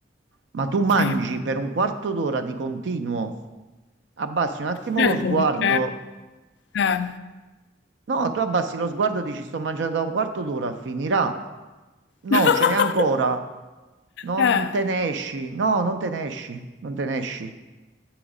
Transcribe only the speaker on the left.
sì.
Certo,
perché... Eh.
<laughs>
Eh.